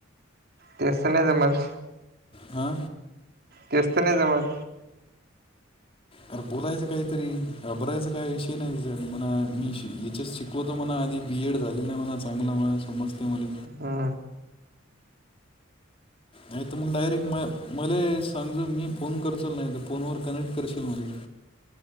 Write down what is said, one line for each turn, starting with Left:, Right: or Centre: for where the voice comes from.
Right: तेच तर नाय जमत.
Left: हा
Right: तेच नाही तर जमत.
Left: अरे बोलायचं काहीतरी घाबरायचा काय विषय नाही हिजा म्हणा मी शि याच्या शिक कोई तो मणा आधी बी एड झालो नाही मला चांगलं मणा समजते मले.
Right: हा
Left: आणि तर मग डायरेक्ट म मले सांग जर फोन करचल नाही तर फोनवर कनेक्ट करशील म्हणे.